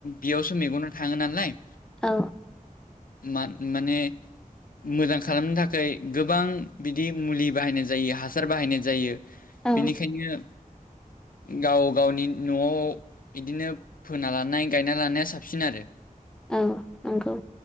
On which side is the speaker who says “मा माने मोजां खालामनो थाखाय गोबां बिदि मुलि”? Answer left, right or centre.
Left